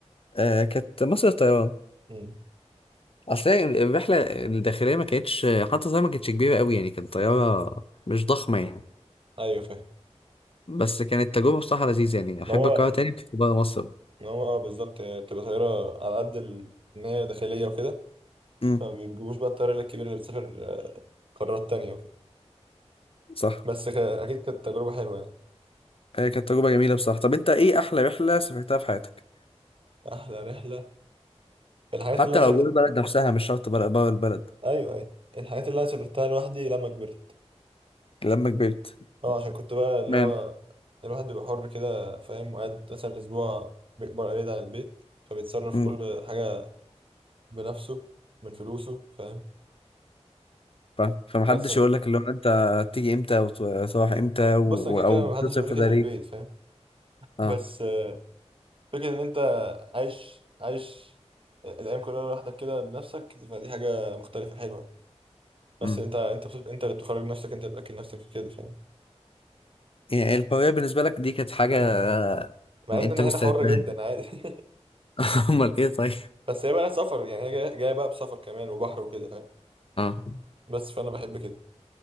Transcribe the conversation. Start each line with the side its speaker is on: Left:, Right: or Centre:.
Left: آه كانت مصر الطيران
Right: مم.
Left: اصل هي الرحله الداخليه ما كانتش حتى زي ما كانتش كبيره قوي يعني كانت طياره مش ضخمه يعني
Right: ايوه فاهم
Left: بس كانت تجربه بصراحه لذيذه يعني احب
Right: ما هو
Left: اكررها تاني بس بره مصر
Right: ما هو اه بالظبط هي بتبقى طياره على قد ال... ان هي داخليه وكده
Left: امم
Right: فما بيجيبوش بقى الطياره الكبيره اللي بتسافر آه، قارات تانية وكده
Left: صح
Right: بس ك... اكيد كانت تجربه حلوه يعني
Left: هي كانت تجربة جميلة بصراحة طب انت ايه احلى رحلة سافرتها في حياتك
Right: احلى رحله الحاجات
Left: حتى
Right: اللي انا
Left: لو
Right: سافرت
Left: جوه البلد نفسها مش شرط بره بره البلد
Right: ايوه ايوه الحاجات اللي انا سافرتها لوحدي لما كبرت
Left: لما كبرت
Right: اه عشان كنت بقى اللي
Left: تمام
Right: هو الواحد بيبقى حر كده فاهم وقاعد مثلا اسبوع بيكبر بعيد عن البيت فبيتصرف
Left: امم
Right: كل حاجه بنفسه من فلوسه فاهم
Left: فاهم فمحدش
Right: بس
Left: يقول لك اللي هو انت تيجي امتى وتروح امتى و...
Right: بص انا كده
Left: او
Right: كده
Left: بتصرف
Right: محدش بيقول لي
Left: في
Right: كده
Left: ده
Right: في
Left: ليه
Right: البيت فاهم
Left: اه
Right: بس آه، فكره ان انت عايش عايش الايام كلها لوحدك كده بنفسك فدي حاجه مختلفه حلوه بس
Left: امم
Right: انت انت بت- انت اللي بتخرج نفسك انت اللي بتاكل نفسك كده فاهم
Left: يعني الحرية بالنسبة لك دي كانت حاجة آه،
Right: مع
Left: انت
Right: ان انا
Left: مستعد
Right: هنا حر
Left: لها
Right: جدا عادي <laughs>
Left: <laughs> امال ايه طيب
Right: بس هي بقى سفر يعني هي جايه جاية بقى بسفر كمان وبحر وكده فاهم
Left: اه
Right: بس فانا بحب كده